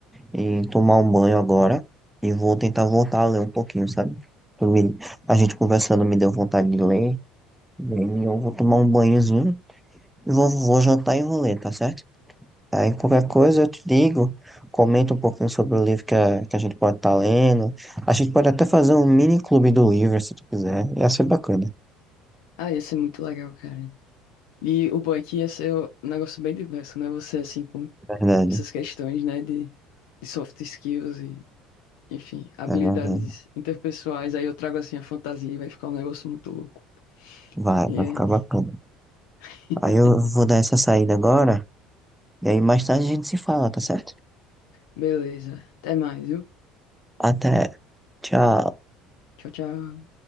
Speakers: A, in the centre; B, on the left.
A: em tomar um banho agora e vou tentar voltar a ler um pouquinho, sabe? Tu me- A gente conversando me deu vontade de ler. E aí eu vou tomar um banhozinho e vou, vou jantar e vou ler, tá certo? Aí qualquer coisa eu te digo, comenta um pouquinho sobre o livro que a, que a gente pode estar lendo. A gente pode até fazer um mini clube do livro, se tu quiser. Ia ser bacana,
B: Ah, ia ser muito legal, cara. E o bom é que ia ser um negócio bem diverso, né? Você, assim, com
A: na verdade.
B: essas questões, né? De, de soft skills e, enfim, habilidades
A: É, vai,
B: interpessoais. Aí eu trago, assim, a fantasia e vai ficar um negócio muito louco.
A: vai
B: E
A: vai
B: é
A: ficar
B: isso.
A: bacana.
B: <laughs>
A: Aí eu vou dar essa saída agora, e aí mais tarde a gente se fala, tá certo?
B: Beleza. Até mais, viu?
A: Até. Tchau.
B: Tchau, tchau.